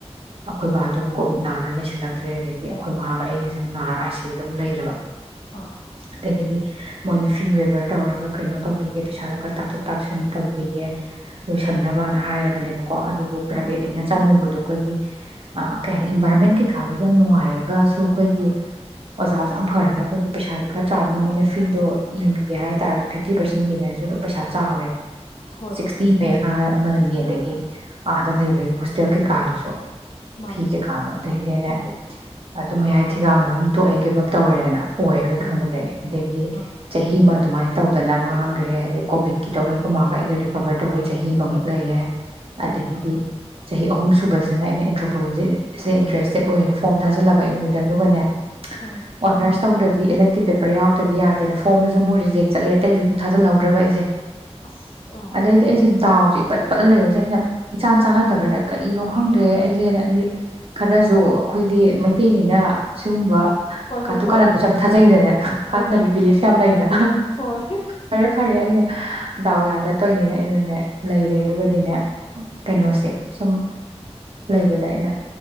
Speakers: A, on the right; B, on the left.
A: ꯑꯩꯈꯣꯏ ꯕꯥ ꯑꯗꯨꯝ ꯀꯣꯚꯤꯠ ꯅꯥꯗꯅ ꯂꯩꯁꯜꯂꯛꯇ꯭ꯔꯦ ꯑꯗꯒꯤ ꯑꯩꯈꯣꯏ ꯃꯥꯕꯥꯒ ꯑꯩꯒꯁꯦ ꯅꯥꯔ ꯑꯥꯏ ꯁꯤ ꯌꯨ ꯑꯗꯨꯝ ꯂꯩꯔꯕ
B: ꯑꯥ
A: ꯑꯗꯒꯤꯗꯤ ꯃꯣꯏꯅ ꯐꯤ ꯋꯦꯕꯔ ꯇꯧꯔꯒ ꯀꯩꯅꯣ ꯇꯧꯕꯤꯒꯦ ꯄꯩꯁꯥꯗꯣ ꯈꯔ ꯇꯥꯊꯣꯛ ꯇꯥꯁꯤꯟ ꯇꯧꯕꯤꯒꯦ ꯂꯣꯏꯁꯟꯅ ꯕꯥ ꯍꯥꯏꯔꯕꯅꯦꯕ ꯀꯣ ꯑꯗꯨꯕꯨ ꯄ꯭ꯔꯥꯏꯕꯦꯠꯅꯤꯅ
B: ꯑꯥ
A: ꯆꯪꯉꯨꯕꯗꯣ ꯑꯩꯈꯣꯏꯒꯤ ꯀꯩ ꯍꯥꯏꯅꯤ ꯏꯟꯚꯥꯏꯔꯣꯟꯃꯦꯟ ꯀꯩꯀꯥꯕꯨꯗꯤ ꯌꯥꯝ ꯅꯨꯡꯉꯥꯏꯔꯒꯁꯨ ꯑꯩꯈꯣꯏꯒꯤ ꯑꯣꯖꯥꯁꯨ ꯌꯥꯝ ꯐꯔꯒ ꯑꯩꯈꯣꯏꯒꯤ ꯄꯩꯁꯥꯗꯤ ꯈꯔ ꯆꯥꯎꯕꯅ ꯃꯣꯏꯅ ꯐꯤꯗꯣ ꯌꯦꯡꯕꯤꯒꯦ ꯍꯥꯏꯇꯥꯥꯔꯁꯨ ꯐꯤꯐꯇꯤ ꯄꯥꯔꯁꯦꯟ ꯌꯦꯡꯉꯒꯁꯨ ꯑꯗꯨꯝ ꯄꯩꯁꯥ ꯆꯥꯎꯔꯦꯕ
B: ꯍꯣꯏ
A: ꯁꯤꯛꯁꯇꯤ
B: ꯍꯣꯏ
A: ꯑꯃꯅꯤ ꯑꯗꯒꯤ ꯑꯥꯗ ꯂꯩꯕꯒꯤ ꯍꯣꯁꯇꯦꯜ ꯀꯩꯀꯥꯗꯨꯁꯨ
B: ꯃꯥꯅꯦ
A: ꯐꯤ ꯀꯩꯀꯥꯗ ꯑꯗꯩꯗꯤꯅꯦ
B: ꯑꯥ
A: ꯑꯗꯨ ꯃꯌꯥꯏ ꯊꯤꯒꯥꯡꯗ ꯑꯗꯨꯝ ꯇꯣꯛꯑꯦ ꯒꯤꯕ ꯑꯞ ꯇꯧꯔꯦꯗꯅ ꯑꯣꯏꯔꯔꯣꯏ
B: ꯎꯝ
A: ꯈꯪꯕꯗꯒꯤ ꯑꯗꯒꯤ
B: ꯑꯥ
A: ꯆꯍꯤ ꯑꯗꯨꯃꯥꯏꯅ ꯇꯧꯗꯅ ꯃꯥꯡꯈ꯭ꯔꯦ ꯑꯗꯩ ꯀꯣꯚꯠꯀꯤ ꯇꯧꯕꯩ ꯑꯈꯣꯏ ꯃꯥꯥꯒ ꯑꯩꯒ ꯔꯤꯀꯣꯕꯔ ꯇꯧꯕꯩ ꯆꯍꯤ ꯑꯃꯃꯨꯛ ꯂꯩꯔꯦ
B: ꯎꯝ
A: ꯑꯗꯒꯤꯗꯤ ꯆꯍꯤ ꯑꯍꯨꯝ ꯁꯨꯕꯁꯤꯅ ꯑꯩꯅ ꯑꯦꯟꯊ꯭ꯔꯣꯄꯣꯂꯣꯖꯤꯁꯦ ꯏꯟꯇꯔꯦꯁꯇꯦꯠ ꯑꯣꯏꯌꯦꯅꯦ ꯐꯣꯔꯝ ꯊꯥꯖꯤꯜꯂꯕ ꯑꯦꯝ ꯌꯨꯗ ꯑꯗꯨꯒꯅꯦ
B: ꯑꯥ
A: ꯑꯣꯅꯔꯁ ꯇꯧꯗ꯭ꯔꯗꯤ ꯏꯂꯦꯛꯇꯤꯛ ꯄꯦꯄꯔ ꯌꯥꯎꯗꯔꯗꯤ ꯌꯥꯗꯦꯅ ꯐꯣꯝꯗꯁꯨ ꯑꯃꯨ ꯔꯤꯖꯦꯛ ꯆꯠꯂꯦ ꯑꯇꯩꯁꯨ ꯑꯃꯨꯠ ꯊꯥꯖꯤꯜꯍꯧꯗ꯭ꯔꯕ ꯑꯩꯁꯦ
B: ꯑꯁ ꯑꯥ
A: ꯑꯗꯩꯗꯤ ꯑꯩꯁꯦ ꯇꯥꯎꯔꯤ ꯄꯠ ꯄꯠꯂ ꯂꯩꯕꯁꯦ ꯑꯩꯅ ꯏꯆꯥꯟ ꯆꯥꯟꯅꯗꯕꯩꯔ ꯀꯔꯤꯅꯣ ꯈꯪꯗ꯭ꯔꯦ ꯑꯩꯁꯦꯅ ꯍꯥꯏꯗꯤ ꯈꯔꯁꯨ ꯑꯩꯈꯣꯏꯗꯤ ꯃꯩꯇꯩꯅꯤꯅ ꯁꯤꯒꯨꯝꯕ
B: ꯍꯣꯏ
A: ꯀꯥꯇꯨ
B: ꯍꯣꯏ ꯍꯣꯏ
A: ꯀꯥꯔꯟꯗꯁꯨ ꯌꯥꯝ ꯊꯥꯖꯩꯗꯅꯦ ꯀꯥꯟꯗꯕ
B: ꯍꯣꯏ
A: <unintelligible> ꯌꯥꯝ ꯂꯩꯅ
B: ꯍꯣꯏ
A: ꯐꯔꯦ ꯐꯔꯦ ꯑꯩꯅ ꯗꯥꯎ ꯌꯥꯗ ꯇꯧꯏꯅꯦꯅ ꯑꯩꯅꯅꯦ ꯂꯩꯔꯦ ꯑꯗꯨꯒꯗꯤꯅꯦ ꯀꯩꯅꯣꯁꯦ ꯁꯨꯝ ꯂꯩꯕꯗ ꯑꯩꯅ